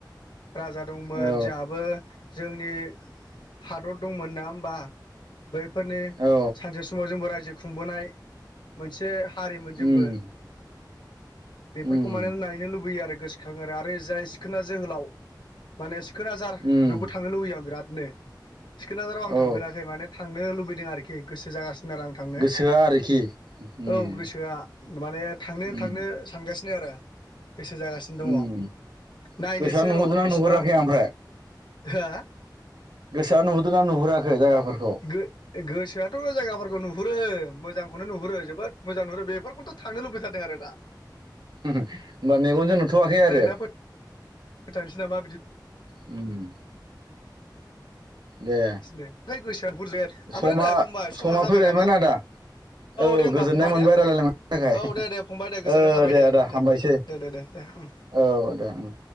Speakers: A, on the left; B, on the right.
A: राजा दंमोन
B: औ
A: जोंहाबो जोंनि हादर दंमोन नङा होमबा बैफोरनि
B: औ
A: सानसे स समाव जोंबो रायजो खुंबोनाय मोनसे हारिमोन
B: उम
A: जोंबो बेफोरखौ
B: उम
A: माने नायनो लुबैयो आरो गोसोखाङो आरो आरो जाय सिखोना जोहोलाव माने सिखोनाजार
B: उम
A: बेयावबो थांनो लुबैयो आं बिरादनो सिखोनाजाराव आं
B: औ
A: थांफेराखै माने थांनो लुबैदों आरोखि गोसो जागासिनो <unintelligible> आं थांनो
B: गोसोआ आरोखि उम
A: औ गोसोआ माने थांनो-थांनो
B: उम
A: सानगासिनो आरो गोसो जागासिनो दङ
B: उम
A: नायनोसै
B: गोसोआ नुहुरदोंना
A: र' बिसिबां
B: नुहुराखै आं ओमफ्राय
A: हो?
B: गोसोआ नुहुरदोंना नुहुराखै जायगाफोरखौ।
A: गो गोसोआथ' जायगाफोरखौ नुहुरो मोजांखौनो नुहुरो जोबोद मोजां नुहुरो बेफोरखौथ' थांनो लुबैथार दो आरोदा।
B: होनबा मेगनजों नुथ'वाखै
A: नायना
B: आरो।
A: <unintelligible> नामा बिदि
B: उम। दे
A: नोंसिनो ओमफ्राय गोसोआनो बुरजाया ओमफ्राय
B: समा-
A: नै फंबाय
B: समा
A: जाबाय
B: फैबायमोन
A: नामा
B: आदा? औ
A: दे होमबा
B: गोजोननाय
A: फंबाय
B: मोनबाय
A: ने
B: रायलायलायनायनि थाखाय
A: औ दे दे फंबाय दे गोजोननाय
B: ओ
A: थाबाय
B: दे आदा हामबायसै।
A: दे दे दे दे उम
B: औ दे उम।